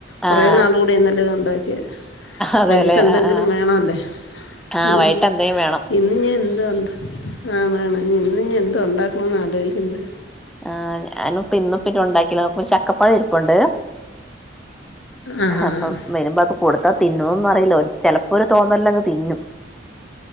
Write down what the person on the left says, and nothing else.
കൊറേ
നാൾ കൂടി ഇന്നലെ അത് ഉണ്ടാക്കിയെ
വൈകീട്ടന്തെങ്കിലും
വേണോലൊ
ഉം
ഇന്ന് എന്തോണ്ടാക്കാ <unintelligible> ഇനി ഇന്ന് എന്തോണ്ടാക്കണന്നാ ആലോയ്ക്ക്ണത്
ആഹ് ആഹ്
ആഹ്